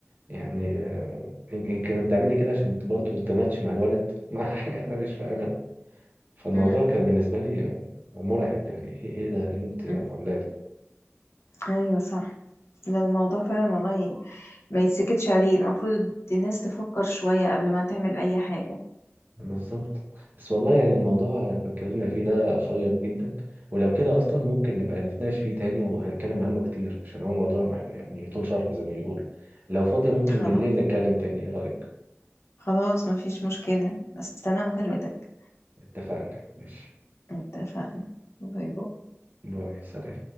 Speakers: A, on the right (about 40°); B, on the left (about 65°).
A: يعني آه، يمكن بتعملي كده عشان برضه تماتش مع الولد مع <laughs> حاجة انا مش فاهمها فالموضوع
B: امم
A: كان بالنسبة لي آه، مرعب يعني ايه ايه ده إيه انت عاملاه
B: أمم.
A: ده
B: ايوه صح ده الموضوع فعلا والله ما يتسكتش عليه المفروض الناس تفكر شوية قبل ما تعمل اي حاجة
A: بالظبط بس والله يعني الموضوع احنا اتكلمنا فيه ده شيق جدا ولو كده اصلا ممكن نبقى نتناقش فيه تاني وهنتكلم عنه كتير عشان هو موضوع محتاج يعني يطول شرحه زي ما بيقولوا لو فاضية ممكن
B: خلاص
A: بالليل نتكلم تاني ايه رأيك
B: خلاص مفيش مشكلة استنى مكالمتك
A: اتفقنا ماشي
B: اتفقنا باي باي
A: باي سلام